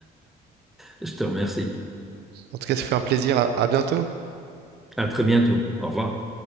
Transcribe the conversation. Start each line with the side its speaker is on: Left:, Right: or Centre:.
Centre: Je te remercie.
Right: En tout cas, ça fait un plaisir. à à bientôt.
Centre: À très bientôt. Au revoir.